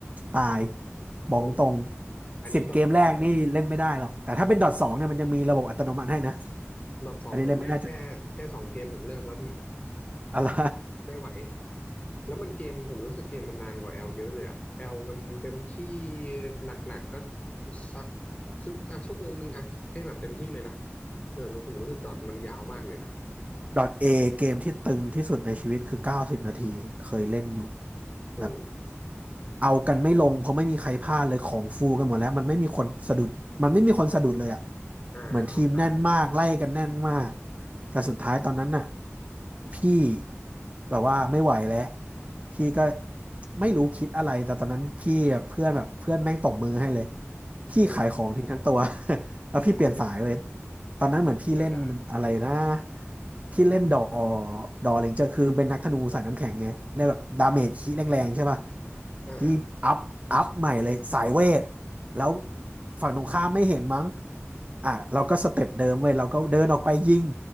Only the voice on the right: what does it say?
ตายบอกตรง
สิบเกมแรกนี่เล่นไม่ได้หรอกแต่ถ้าเป็นดอทสองเนี่ยมันยังมีระบบอัตโนมัติให้นะ
อันนี้เล่นไม่ได้จังอะไร
<laughs> ดอทเอเกมที่ตึงที่สุดในชีวิตคือเก้าสิบนาทีเคยเล่นอยู่
แบบเอากันไม่ลงเพราะไม่มีใครพลาดเลยของฟูกันหมดแล้วมันไม่มีคนสะดุดมันไม่มีคนสะดุดเลยอะ
เหมือนทีมแน่นมากไล่กันแน่นมากแต่สุดท้ายตอนนั้นน่ะพี่แบบว่าไม่ไหวแล้วพี่ก็ไม่รู้คิดอะไรแต่ตอนนั้นพี่อะเพื่อนแบบเพื่อนแม่งตบมือให้เลยพี่ขายของทิ้งทั้งตัว
<laughs> แล้วพี่เปลี่ยนสายเลย
ตอนนั้นเหมือนพี่เล่นอะไรนะ
พี่เล่นดอ ดอเลนเจอร์คือเป็นนักธนูสายน้ำแข็งไงเล่นแบบดาเมจคีแรงๆใช่ป่ะ
พี่อัพอัพใหม่เลยสายเวทแล้วฝั่งตรงข้ามไม่เห็นมั้งอ่ะเราก็สเต็ปเดิมเว้ยเราก็เดินออกไปยิง